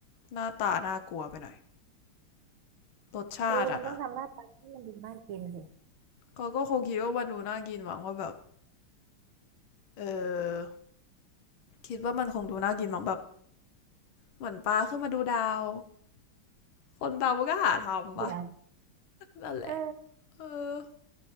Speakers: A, on the left (about 75°); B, on the right (about 75°).
A: หน้าตาน่ากลัวไปหน่อยรสชาติอะนะ
B: เออมันต้องทำหน้าตาให้มันดูน่ากินสิ
A: ก็ก็คงคิดว่ามันดูน่ากินหวังว่าแบบเออคิดว่ามันคงดูน่ากินหวังแบบเหมือนปลาขึ้นมาดูดาวคนดาวมันก็หาทำปะ
B: เดี๋ยว
A: นั่นแหละ
B: เออ
A: เออ